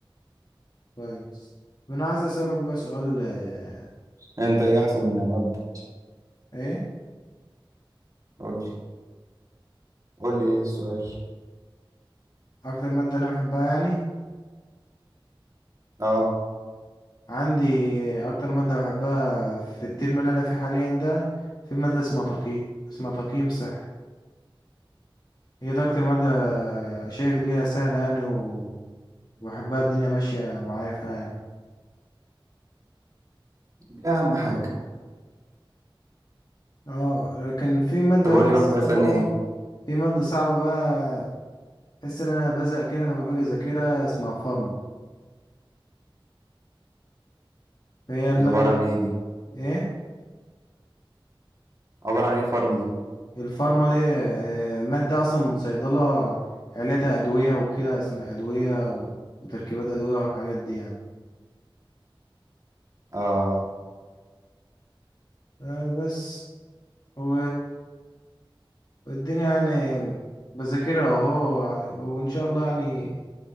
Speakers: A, on the left (about 50°); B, on the right (about 40°).
A: كويس طب انا عايز اسالك بقى سؤال آه،
B: انت ايه احسن ماده
A: ايه
B: قول لي قول لي ايه السؤال
A: اكتر ماده انا بحبها يعني
B: اه
A: عندي اكتر ماده بحبها في الترم اللي انا فيه حاليا ده في ماده اسمها تقييم اسمها تقييم صحي هي ده اكتر ماده شايف اللي هي سهله يعني و- وبحبها الدنيا ماشيه معايا فيها يعني
B: دي اهم حاجه
A: اه لكن في ماده
B: طب قول
A: بقى
B: لي بقى
A: صعبه
B: كنت عايز تسالني ايه
A: في ماده صعبه بقى بحس ان انا بزهق كده لما باجي اذاكرها اسمها فارما فهي الماده
B: دي عباره
A: دي
B: عن ايه دي
A: ايه
B: عباره عن ايه فارم دي
A: الفارما دي آه، ماده اصلا من صيدله عليتها ادويه وكده اسمها ادويه وتركيبات ادويه والحاجات دي يعني
B: اه
A: آه بس و... والدنيا يعني بذاكرها اهو وان شاء الله يعني